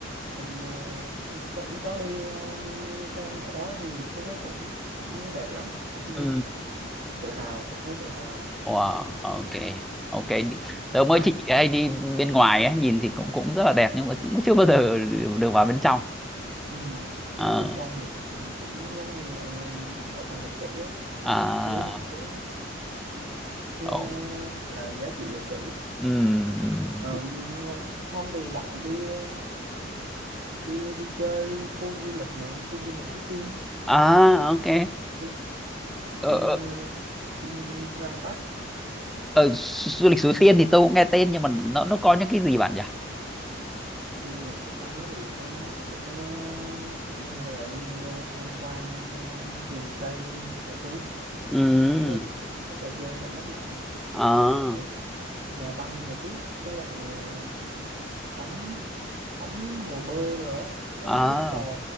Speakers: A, on the right; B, in the centre.
A: mình ờ, cũng có đi ờ, đi xem ở đó thì cũng thấy cũng cũng đẹp lắm cũng
B: ừ
A: tự hào cũng thấy tự hào
B: wow ok ok tớ mới
A: Ờ,
B: chỉ hay đi bên ngoài ấy, nhìn thì cũng cũng rất là đẹp nhưng mà cũng chưa bao giờ được được vào bên trong
A: ừ.
B: Ờ,
A: ở bên trong thì cũng giống như ờ, bảo tàng lịch sử á, có
B: à,
A: chứa những cái, cái
B: ồ,
A: ờ, gọi là giá trị lịch sử
B: ừ, ừ.
A: Ờm,
B: ừ.
A: ngon. Không thì bạn đi ờ, đi đi chơi đi khu du lịch này, khu du lịch Suối Tiên,
B: à ok
A: Vin
B: Ờ,
A: Vin
B: ờ,
A: ờ, Vin Vinpearl Park.
B: Ờ, du du lịch Suối Tiên thì tôi cũng nghe tên nhưng mà nó nó có những cái gì bạn nhỉ?
A: Tiên thì ở trong đó thì có sẽ có kiểu như là đi ờ, tham quan ờ, vườn cây sở thú
B: Ừ,
A: rồi có trò chơi cảm giác mạnh
B: à
A: rồi nhà băng nhà tuyết với lại ờ, tắm tắm hồ bơi rồi á có
B: à
A: mấy cái trò